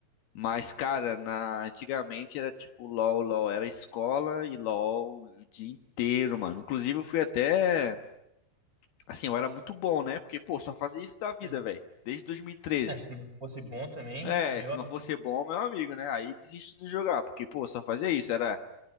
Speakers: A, on the left; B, on the right.
A: Mas, cara, na... antigamente era tipo LOL, LOL, era escola e LOL o dia inteiro, mano. Inclusive, eu fui até. Assim, eu era muito bom, né? Porque, pô, só fazia isso da vida,
B: Hum.
A: velho. Desde 2013.
B: É, se não fosse bom também,
A: É,
B: meu
A: se
B: amigo.
A: não fosse bom, meu amigo, né? Aí desisto de jogar, porque, pô, só fazia isso. Era